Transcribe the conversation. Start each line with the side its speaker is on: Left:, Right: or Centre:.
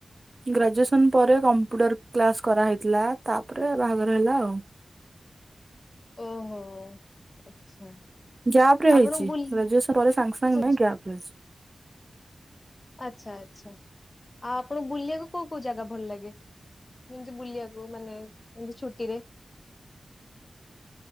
Right: ଗ୍ରାଜୁଏସନ ପରେ କମ୍ପ୍ୟୁଟର କ୍ଲାସ କରାହେଇଥିଲା ତାପରେ ବାହାଘର ହେଲା ଆଉ।
Left: ଓହୋ ଆଚ୍ଛା।
Right: ଗ୍ୟାପ ରେ
Left: ଆପଣଙ୍କୁ
Right: ହେଇଚି
Left: ବୁଲି
Right: ଗ୍ରାଜୁଏସନ ପରେ ସାଙ୍ଗେ ସାଙ୍ଗେ
Left: ଆଚ୍ଛା
Right: ନେଇ ଗ୍ୟାପ ରେ ଅଛି।
Left: ଆଚ୍ଛା ଆଚ୍ଛା ଆଉ ଆପଣଙ୍କୁ ବୁଲିବାକୁ କୋଉ କୋଉ ଜାଗା ଭଲ ଲାଗେ? ଯେମିତି ବୁଲିବାକୁ ମାନେ ଏମିତି ଛୁଟିରେ